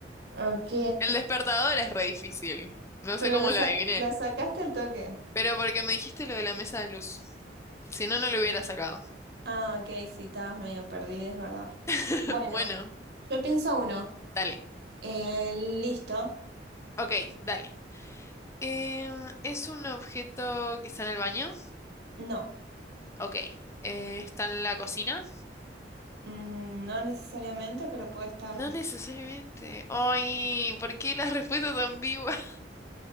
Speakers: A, on the right; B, on the left.
A: Ok,
B: El despertador es re difícil. No
A: pero
B: sé cómo
A: la, sa-
B: lo adiviné.
A: la sacaste al toque.
B: Pero porque me dijiste lo de la mesa de luz. Si no, no lo hubiera sacado.
A: Ah, ok, sí, estabas medio perdida, es verdad.
B: <laughs>
A: Bueno,
B: Bueno,
A: yo pienso uno.
B: dale.
A: Eh, listo.
B: Ok, dale. Em, ¿es un objeto que está en el baño?
A: No.
B: Ok. Eh, ¿está en la cocina?
A: Mm, no necesariamente, pero puede estarlo.
B: No necesariamente. Ay, ¿por qué las respuestas ambiguas?